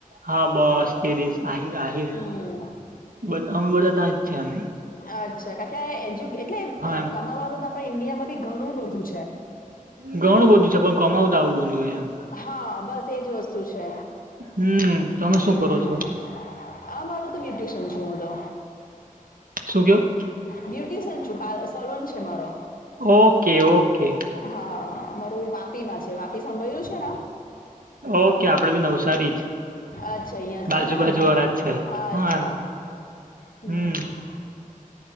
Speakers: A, on the right; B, on the left.
A: હા બસ તે દિવસ આહીર આહીર
B: હમ
A: બ અંગ બધા ત જ છે એમને
B: અચ્છા કારણ કે આ એજ્યુ એટલે
A: એમ
B: કમાવાનું તો આપણે ઇન્ડિયામાં બી ઘણું બધું છે
A: ઘણું બધું છે પણ કમાવતા આવડું જો એમ
B: હા બસ એજ વસ્તુ છે
A: હમ તમે શું
B: હમ
A: કરો છો?
B: આ મારુ તો ન્યુટિશન શું તો
A: શું કેવું
B: બ્યુટીશન છું સલોન છે મારો
A: ઓકે ઓકે.
B: હા મારું વાપી માં છે વાપી સાંભળ્યું છે
A: ઓકે આપડે ભી નવસારી જ
B: અચ્છા હીં
A: બાજુ
B: છો ને
A: બાજુ
B: હા
A: વાળા જ છે
B: અચ્છા
A: હા એમ
B: હ
A: હમ